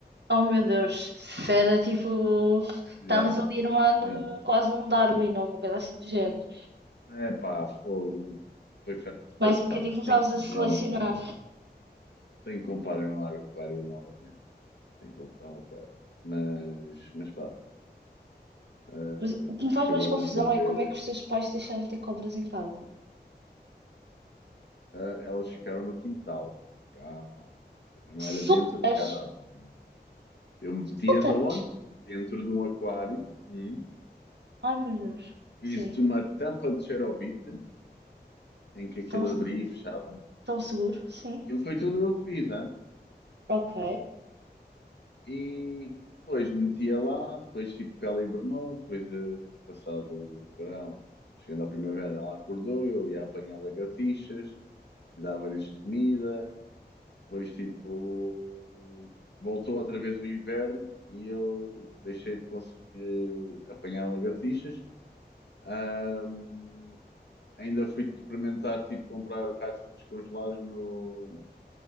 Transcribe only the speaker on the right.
Oh meu Deus, se era tipo.
Estavas ali armado
num- quase num Darwin ou uma coisa assim do género.
Mais um bocadinho
começavas
a selecionar.
Mas o que
me faz
mais
confusão
é como é que os teus pais te deixaram ter cobras em casa.
Soltas?
Soltas?
Ai meu Deus.
Sim.
Tão,
tão seguros? Sim.
Ok.